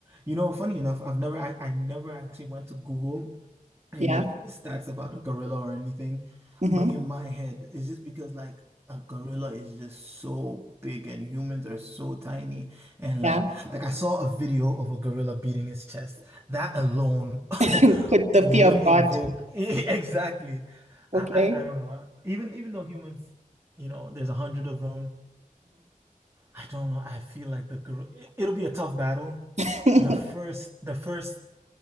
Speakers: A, on the right; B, on the right.
A: you know, funny enough, I've never, I, I never actually went to Google any
B: yeah.
A: of the stats about a gorilla or anything,
B: Mm-hmm.
A: but in my head, it's just because like a gorilla is just so big and humans are so tiny, and
B: Yeah.
A: like, like I saw a video of a gorilla beating his chest. That alone
B: <laughs>
A: <laughs>
B: Put
A: would
B: the fear of
A: invoke
B: God.
A: <laughs> exactly.
B: Okay.
A: I, I, I don't know. Even even though humans, you know, there's a hundred of them. I don't know. I feel like the Kor- it- it'll be a tough battle.
B: Mm-hmm.
A: The first, the first,